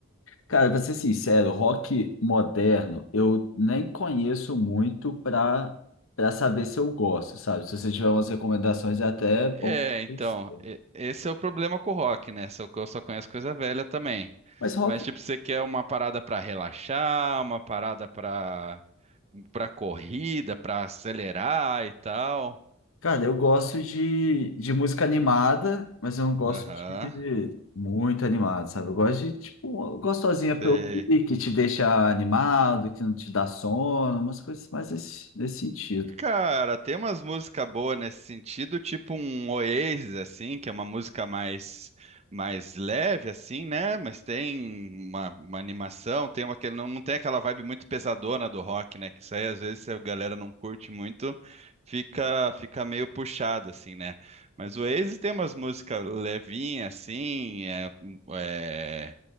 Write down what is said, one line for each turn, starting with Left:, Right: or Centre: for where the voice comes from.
Left: Cara, pra ser sincero, rock moderno, eu nem conheço muito para para saber se eu gosto, sabe? Se você tiver umas recomendações, é até bom.
Right: É,
Left: pra
Right: então,
Left: conhecer.
Right: e- esse é o problema com o rock, né? Só que eu só conheço coisa velha também.
Left: Mas rock,
Right: Mas, tipo, você quer uma parada pra relaxar, uma parada pra para corrida, para acelerar e tal.
Left: cara, eu gosto de, de música animada, mas eu não gosto
Right: Aham.
Left: de muito animado, sabe? Eu gosto de, tipo, uma gostosinha pra
Right: Sei.
Left: ouvir, que te deixa animado, que não te dá sono, umas coisas mais nesse, nesse sentido.
Right: Cara, tem umas músicas boas nesse sentido, tipo um Oasis, assim, que é uma música mais, mais leve, assim, né? Mas tem uma, uma animação, tem uma que não, não tem aquela vibe muito pesadona do rock, né? Que isso aí, às vezes, se a galera não curte muito, fica, fica meio puxado, assim, né? Mas o Oasis tem umas músicas levinhas, assim, é, é,